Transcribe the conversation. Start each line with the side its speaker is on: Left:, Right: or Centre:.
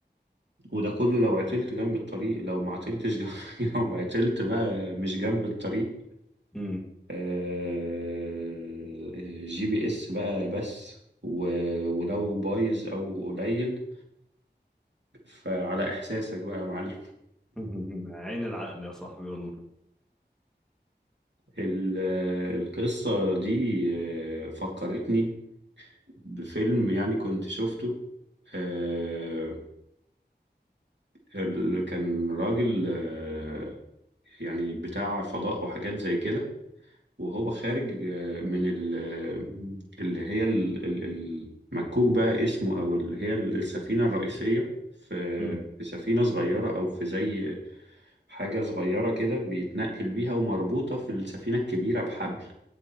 Right: وده كله لو عطلت جنب الطريق لو ما عطلتش جنب <laughs> لو عطلت بقى مش جنب الطريق
Centre: مم.
Right: آه، جي بي اس بقى بس و- ولو بايظ أو قليل فعلى إحساسك بقى يا معلم
Centre: <laughs> عين العقل يا صاحبي والله
Right: ال- القصة دي آه، فكرتني بفيلم يعني كنت شفته آه، ال- كان راجل آه، يعني بتاع فضاء وحاجات زي كده وهو خارج آه، من ال- اللي هي ال- ال- المكوك بقى اسمه أو اللي هي السفينة الرئيسية في
Centre: مم.
Right: في سفينة صغيرة أو في زي حاجة صغيرة كده بيتنقل بيها ومربوطة في السفينة الكبيرة بحبل